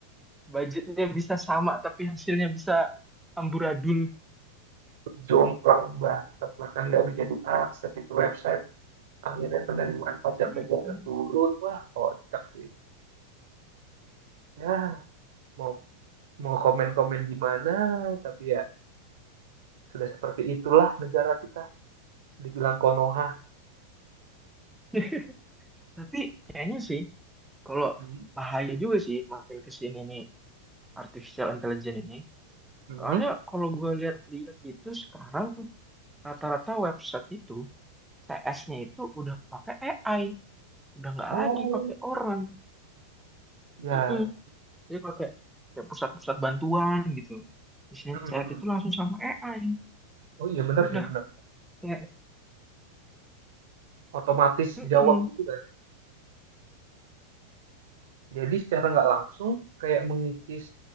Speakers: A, in the centre; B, on the right.
A: budgetnya bisa sama tapi hasilnya bisa amburadul.
B: jomplang banget bahkan nggak bisa diakses itu website akhirnya penerimaan pajak
A: Mm-mm.
B: negara turun wah kocak sih ya mau mau komen-komen gimana, tapi ya sudah seperti itulah negara kita. Dibilang Konoha.
A: <laughs> Tapi kayaknya sih Kalau
B: Hmm.
A: bahaya juga sih makin ke sini nih artificial intelligence ini.
B: Hmm.
A: Soalnya kalau gue lihat-lihat itu sekarang rata-rata website itu CS-nya itu udah pakai AI, udah nggak
B: Oh,
A: lagi pakai orang.
B: ya.
A: Mm-mm. Jadi pakai ya pusat-pusat bantuan gitu. Isinya
B: Hmm. hmm,
A: chat
B: hmm.
A: itu langsung sama AI.
B: Oh iya benar
A: Itu
B: sih,
A: udah
B: benar.
A: kayak
B: Otomatis
A: mm-mm.
B: jawab gitu kan. Jadi secara nggak langsung kayak mengikis